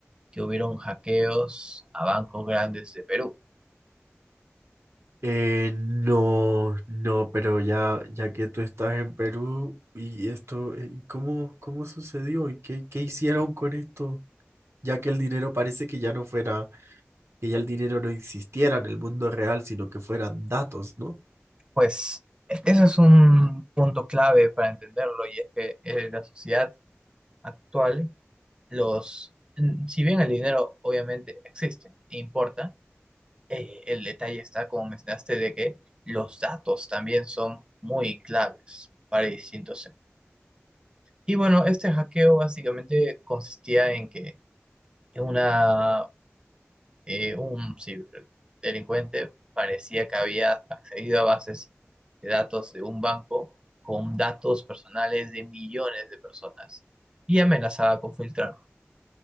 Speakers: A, on the right (about 20°); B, on the right (about 70°).
A: que hubieron hackeos a bancos grandes de Perú.
B: Eh, no, no, pero ya, ya que tú estás en Perú y esto, eh, ¿y ¿cómo, cómo sucedió y qué, qué hicieron con esto? Ya que el dinero parece que ya no fuera que ya el dinero no existiera en el mundo real, sino que fueran datos, ¿no?
A: Pues e- ese es un punto clave para entenderlo y es que en la sociedad actual, los, n- si bien el dinero obviamente existe e importa, eh, el detalle está, como mencionaste, de que los datos también son muy claves para distintos sectores. Y bueno, este hackeo básicamente consistía en que una eh, un ciberdelincuente parecía que había accedido a bases de datos de un banco con datos personales de millones de personas y amenazaba con filtrarlo.